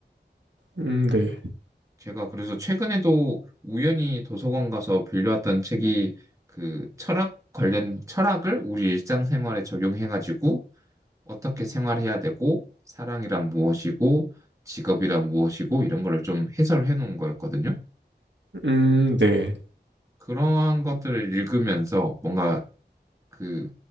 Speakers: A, on the right; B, on the right.
A: 음, 네.
B: 제가 그래서 최근에도 우연히 도서관 가서 빌려왔던 책이 그 철학 관련 철학을 우리 일상생활에 적용해가지고 어떻게 생활해야 되고 사랑이란 무엇이고 직업이란 무엇이고 이런 거를 좀 해설해 놓은 거였거든요.
A: 음, 네.
B: 그러한 것들을 읽으면서 뭔가 그